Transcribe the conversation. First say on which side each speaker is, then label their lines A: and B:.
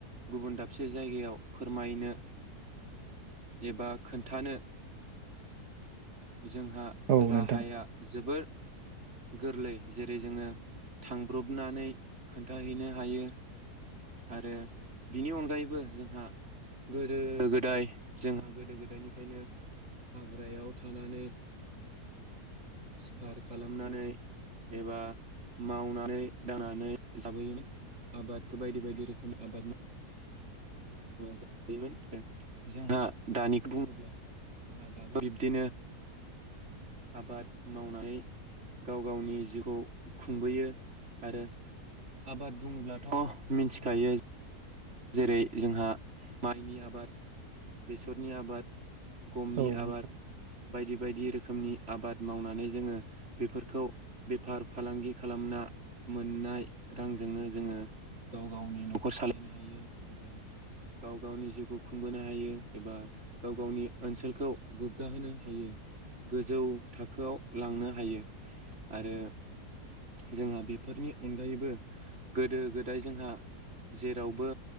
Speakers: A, on the right; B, on the right.
A: गुबुन दाबसे जायगायाव फोरमायनो एबा खोन्थानो जोंहा
B: औ
A: राहाया
B: नोंथां
A: जोबोर गोरलै जेरै जोंङो थांब्रबनानै खोन्थाहैनो हायो, आरो बिनि अनगायैबो जोंहा गोदो गोदाय जोंहा गोदो गोदायनिफ्रायनो हाग्रायाव थानानै सिखार खालामनानै एबा मावनानै दांनानै जाबोयोमोन आबादफोर बायदि बायदि रोखोमनि आबाद माव जायोमोन जोंहा दानिखौ बुंङोब्ला जोंहा दाबो बिब्दिनो आबाद मावनानै गाव गावनि जिउखौ खुंबोयो आरो आबाद बुंङोब्लाथ मिथिखायो जेरै जोंहा माइनि आबाद बेसरनि आबाद गमनि
B: औ
A: आबाद
B: नोंथां
A: बायदि बायदि रोख खोमनि आबाद मावनानै जोंङो बेफोरखौ बेफार फालांगि खालामना मोननाय रांजोंनो जोंङो गाव गावनि नखर सालायनो हायो। ओ एबा गाव गावनि जिउखौ खुंबोनो हायो, एबा गाव गावनि ओनसोलखौ गोग्गााहोनो हायो, गोजौ थाखोआव लांनो हायो। आरो जोंहा बेफोरनि अनगायैबो गोदो गोदाय जोंहा जेरावबो